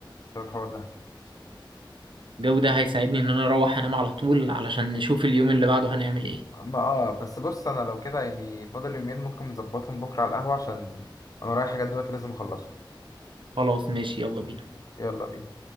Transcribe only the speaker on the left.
بسبب الحوار ده
أما اه بس بص أنا لو كده يعني فاضل يومين ممكن نظبطهم بكرة على القهوة عشان أنا رايح حاجات دلوقتي لازم أخلصها
يلا بينا